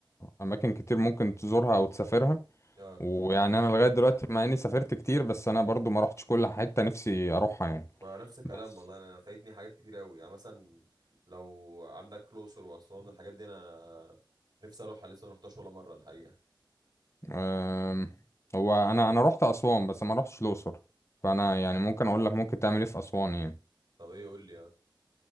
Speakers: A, on the left; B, on the right.
A: اماكن كتير ممكن تزورها او تسافرها
B: اه
A: ويعني انا لغايه دلوقتي مع اني سافرت كتير بس انا برضو ما روحتش كل حته نفسي اروحها يعني
B: ما نفس الكلام
A: بس
B: والله انا أنا فايتني حاجات كتير قوي يعني مثلا لو عندك الاقصر واسوان الحاجات دي انا نفسي اروحها لسه ما رحتهاش ولا مره الحقيقه
A: أه هو انا انا روحت اسوان بس ما روحتش الاقصر فانا يعني ممكن اقول لك ممكن تعمل ايه في اسوان يعني
B: طب ايه قول لي اه